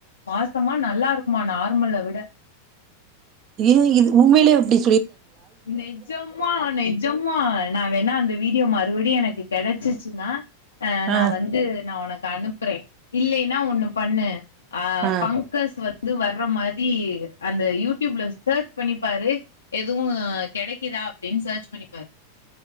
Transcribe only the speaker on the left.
வாசமா நல்லா இருக்குமா நார்மலா விட
நெஜமா நெஜமா நான் வேணா அந்த வீடியோ மறுபடியும் எனக்கு கெடைச்சிச்சுன்னா அ
நா வந்து நா உனக்கு அனுப்புறே இல்லேன்னா ஒண்ணு பண்ணு அ
பங்கஸ் வ இது வர்ற மாதி அந்த யூ டியூப்ல சர்ச் பண்ணிப்பாரு எதுவும் கிடைக்குதா அப்படின்னு சர்ச் பண்ணிப்பாரு